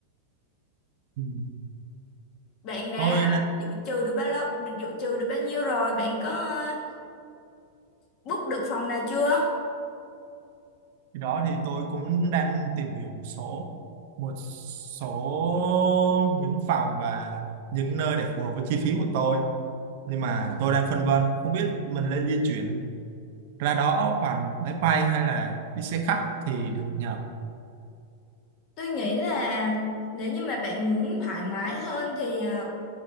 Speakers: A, on the right (about 50°); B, on the left (about 35°).
A: Ừ.
B: bạn đã
A: Tôi nã-
B: dự trù được bao lâu dự trù được bao nhiêu rồi bạn có ờ, book được phòng nào chưa
A: Thì đó thì tôi cũng đang tìm hiểu một số một số những phòng và những nơi để phù hợp với chi phí của tôi nhưng mà tôi đang phân vân không biết mình nên di chuyển ra đó bằng máy bay hay là đi xe khách thì được nhờ
B: tôi nghĩ là nếu như mà bạn muốn thoải mái hơn thì ờ,